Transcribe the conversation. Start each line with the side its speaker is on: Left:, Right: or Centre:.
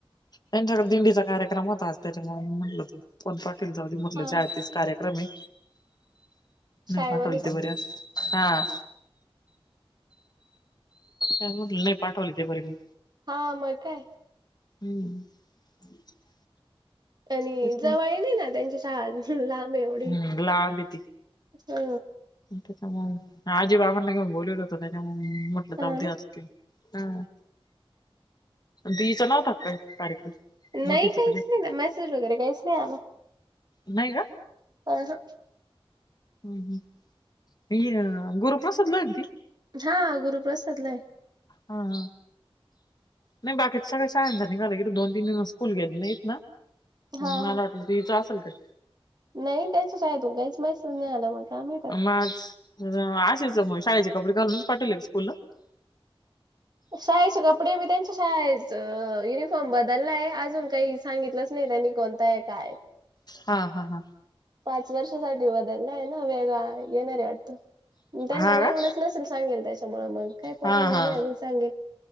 Left: त्याच्या कड दिंडीचा कार्यक्रम होता, आज त्याच्यामुळे म्हटलं कोण पाटील जाऊदे. म्हटलं
Right: हा
Left: शाळेतच
Right: हा.
Left: कार्यक्रम आहे. नाही
Right: शाळेमध्ये
Left: पाठवलेते
Right: का
Left: बरं, हा. म्हट नाही पाठवली ते बरे मी.
Right: हा मग काय.
Left: हम्म. <inaudible>
Right: आणि
Left: तेच
Right: जवळ
Left: ना
Right: ही नाही ना, त्यांच्या शाळा लांब आहे एवढी,
Left: हम्म लांब आहे ती
Right: हा.
Left: त्याच्यामुळे आजी बाबांना केव बोलवलं होत त्याच्यामु म्हटलं
Right: हा ना
Left: जाद्या. हा. दी चा काय नवरा काय कार्यक्रम
Right: नाही
Left: मोठीचा
Right: काहीच
Left: तुझे.
Right: नाही ना मेसेज वगैरे काहीच नाही आला
Left: नाही का.
Right: <unintelligible>
Left: हम्म-हम्म ही गोरु प्रसाद आलती.
Right: हा गुरुप्रसाद ला.
Left: हा-हा नाही बाकीच सगळ शाळांचा निघालं किथ दोन, तीन दिवस स्कूल गेले नाही येत ना.
Right: हा
Left: मला
Right: हा
Left: वाटलं दी च असेल काय.
Right: नाही त्याच्याच काय तु काहीच माहि नाही आला, मग का मि यतात.
Left: पाच. असेच मग शाळेचे कपडे घालूनच पाठवले स्कूल ला.
Right: शाळेचे कपडे बी त्यांचे शाळेचं युूनिफॉर्म बदलला आहे अजून काही सांगितलंच नाही, त्यांनी कोणता आहे. काय आहे.
Left: हा-हा-हा.
Right: पाच वर्षासाठी बदललाय आहे ना, वेगळा आहे येणारे वाटत. मग त्यांना
Left: हा
Right: वरुनच
Left: का
Right: नसेल सांगेल, त्याच्यामुळे मग काही पर
Left: हा
Right: आजुन
Left: हा
Right: नाही सांग,